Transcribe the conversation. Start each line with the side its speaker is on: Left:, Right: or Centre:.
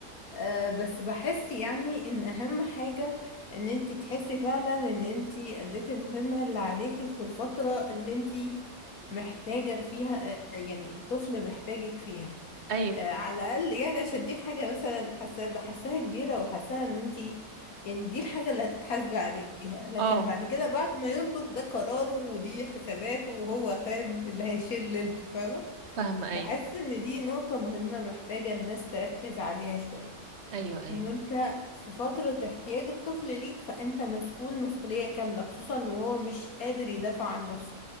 Left: آه، بس بحس يعني ان اهم حاجة ان انتي تحسي فعلا ان انتي اديتي المهمة اللي عليكي في الفترة اللي انتي محتاجة فيها آه، يعني الطفل محتاجك فيها
Right: ايوه
Left: آه، على الاقل يعني عشان دي حاجة مثلا حاسة بحسها كبيرة وحاساها ان انتي يعني دي الحاجة اللي هتتحاسبي عليها لكن
Right: اه
Left: بعد كده بعد ما ينضج ده قراره ودي حساباته وهو فاهم اللي هيشيل ليلته فاهمة
Right: فاهمة ايوه
Left: بحس ان دي نقطة مهمة محتاجة الناس تركز عليها شوية
Right: ايوه ايوه
Left: ان انت في فترة احتياج الطفل ليك فانت مسؤول مسؤولية كاملة خصوصا وهو مش قادر يدافع عن نفسه